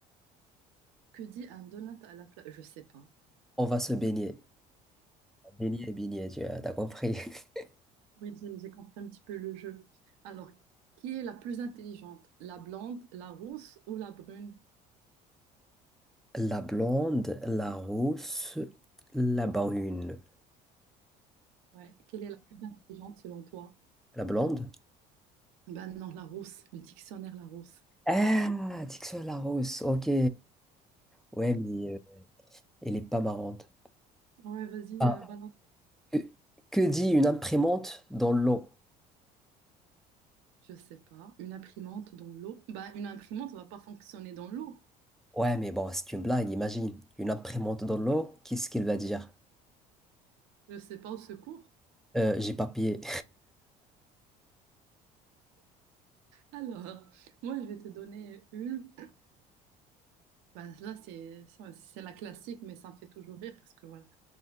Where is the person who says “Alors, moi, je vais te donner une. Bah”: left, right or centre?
Right